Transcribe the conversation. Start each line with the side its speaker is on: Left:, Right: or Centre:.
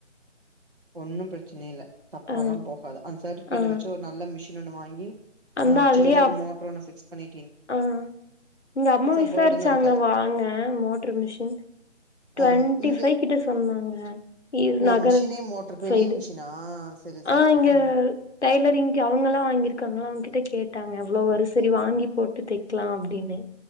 Right: ஒன்னு பிச்சன இல்ல தப்பால்லா
Left: ஆ
Right: போகாது அந்த சர்டிபிகேட்ட
Left: ஆ
Right: வச்சு ஒரு நல்ல மிஷ் இன்னொண்ணு வாங்கி
Left: அந்த
Right: ஆ
Left: அதுலயே
Right: சின்னதா
Left: அப்
Right: ஒரு மோட்ரு ஒன்ன பிக்ஸ் பண்ணி
Left: ஆ எங்க அம்மா விசாரிச்சாங்க
Right: பேர்டனு இருக்காது
Left: வாங்க மோட்ரு மிஷின் டுவண்டிஃபை
Right: ஆ இங்க
Left: கிட்ட சொன் வாங்க இவர்
Right: ஓ
Left: நகர்
Right: மிஷினே மோட்டர் பெரிய
Left: சைடு
Right: மிஷினா சரி சரி
Left: ஆஹ் இங்க
Right: ஆ
Left: டைலரிங்க்கு அவங்கல்லா வாங்கிருக்காங்க அவங்க கிட்ட கேட்டாங்க அவ்ளோ வரு சரி வாங்கி போட்டு தைக்கலா அப்டின்னு